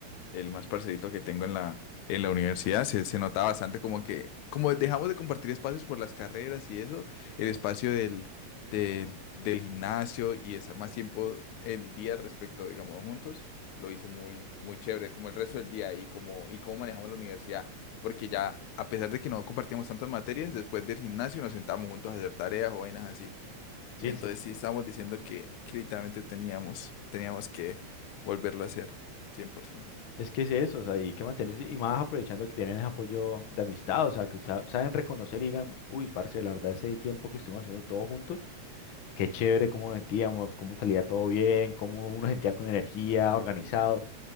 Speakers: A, on the left; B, on the left.
A: el más parcerito que tengo en la, en la universidad. Se, se notaba bastante como que, como dejamos de compartir espacios por las carreras y eso, el espacio del, del, del gimnasio y estar más tiempo el día respecto, digamos, juntos, lo hizo muy, muy chévere, como el resto del día y como, y cómo manejamos la universidad. Porque ya, a pesar de que no compartíamos tantas materias, después del gimnasio nos sentamos juntos a hacer tareas o vainas así.
B: sí,
A: Entonces
B: sí. sí.
A: sí estábamos diciendo que, que literalmente teníamos, teníamos que volverlo a hacer cien por ciento
B: Es que es eso, o sea, hay que mantenerse y más aprovechando que tienen ese apoyo de amistad, o sea, que usa- saben reconocer y digan, uy, parce, la verdad, ese tiempo que estuvimos haciendo todos juntos, qué chévere cómo nos sentíamos, cómo salía todo bien, cómo uno sentía con energía, organizado,